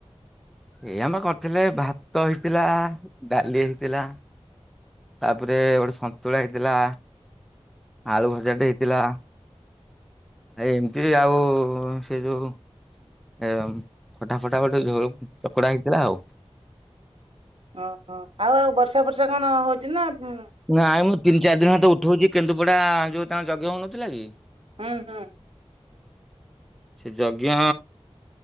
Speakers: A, in the centre; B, on the right.
A: ଏଇ ଆମେ କରିଥିଲେ ଭାତ ହେଇଥିଲା ଡାଲି ହେଇଥିଲା ତାପରେ ଗୋଟେ ସନ୍ତୁଳା ହେଇଥିଲା ଆଳୁ ଭଜାଟେ ହେଇଥିଲା ଆ ଏମିତି ଆଉ ସେ ଯୋଉ ଏ ଫଟା ଫଟା ଗୋଟେ ଝୋଳ ଚକଡା ହେଇଥିଲା ଆଉ
B: ଓହୋ ଆଉ ଆଉ ବର୍ଷା ବର୍ଷା କଣ ହଉଛି ନା ହୁଁ
A: ନାଇଁ ମୁଁ ତିନି ଚାରି ଦିନ ହେଲା ତ ଉଠଉଛି କେନ୍ଦୁପଡ଼ା ଯେଉଁ ତାଙ୍କ ଯଜ୍ଞ ହେଉନଥିଲା କି
B: ହଁ ହଁ
A: ସେ ଯଜ୍ଞ